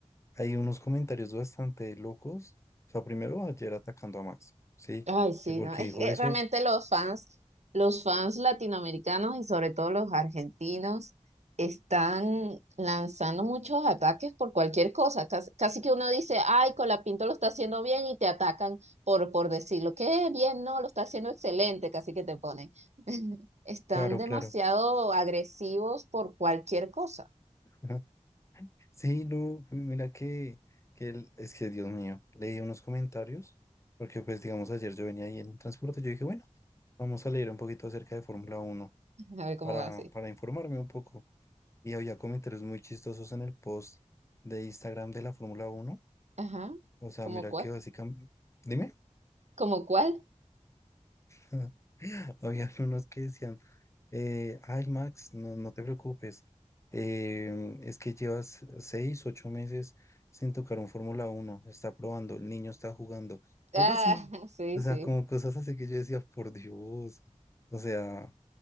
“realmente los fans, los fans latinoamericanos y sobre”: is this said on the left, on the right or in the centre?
Right